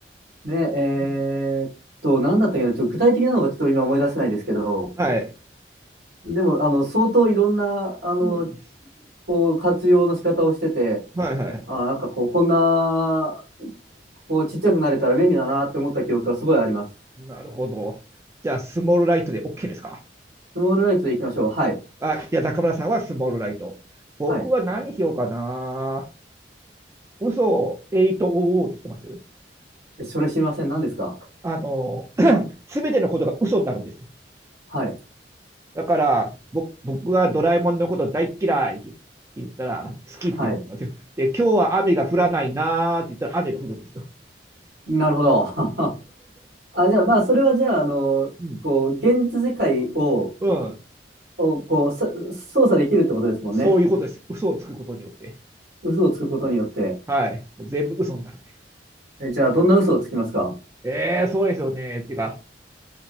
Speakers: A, on the right; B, on the right.
A: ね、えーっと、
B: うん。
A: なんだったっけな、ちょ、具体的なのがちょっと今思い出せないですけど、
B: はい。
A: でも、あの、相当いろんな、あの、
B: うん。
A: こう、活用の仕方をしてて、
B: はいはい。
A: あー、なんかこう、こんな、こう、ちっちゃくなれたら便利だなって思った記憶がすごいあります。
B: なるほど。じゃあ、スモールライトで OK ですか
A: スモールライトでいきましょう。はい。
B: あ、じゃあ中村さんはスモールライト。僕は何しようかな。
A: はい。
B: 嘘を8 o o ってしてます
A: えそれ知りません。何ですか
B: あの、<clears throat> すべてのことが嘘になるんですよ。
A: はい。
B: だから、僕僕はドラえもんのこと大嫌いって言ったら、好きっていうことなんですよ。
A: はい。
B: で、今日は雨が降らないなーって言ったら雨が降るんですよ。
A: なるほど。<laughs> あ、じゃあ、まあ、それはじゃあ、あの、
B: <laughs> うん、
A: こう、現実世界を、
B: うん、
A: をこう、さ操作できるってことですもんね。
B: そういうことです。嘘をつくことによって。
A: 嘘をつくことによって。
B: はい。もう全部嘘になるって。
A: え、じゃあ、どんな嘘をつきますか
B: えーそうですよね。っていうか、